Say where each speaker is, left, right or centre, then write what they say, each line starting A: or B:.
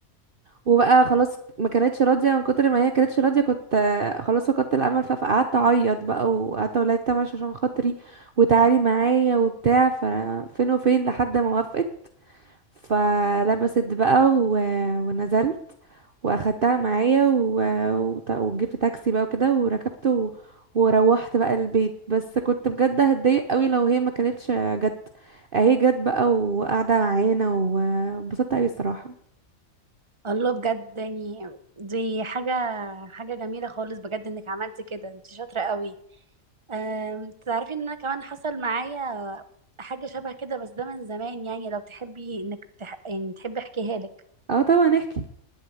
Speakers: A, on the right; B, on the right.
A: وبقى خلاص ما كانتش راضيه من كتر ما هي كانتش راضيه كنت آه، خلاص فقدت الامل فقعدت فقعدت اعيط بقى وقعدت اقول لها تمام عشان خاطري وتعالي معايا وبتاع ففين وفين لحد ما وافقت فلبست بقى و... ونزلت واخدتها معايا و... وت- وجبت تاكسي بقى وكده وركبت و... وروحت بقى البيت بس كنت بجد هتضايق قوي لو هي ما كانتش جت اهي جت بقى وقاعده معانا وانبسطت قوي الصراحه
B: الله بجد يعني دي حاجة حاجة جميلة خالص بجد انك عملتي كده انت شاطرة قوي أم، تعرفي ان انا كمان حصل معايا حاجة شبه كده بس ده من زمان يعني لو تحبي انك تح... يعني تحبي احكيها لك
A: اه طبعا احكي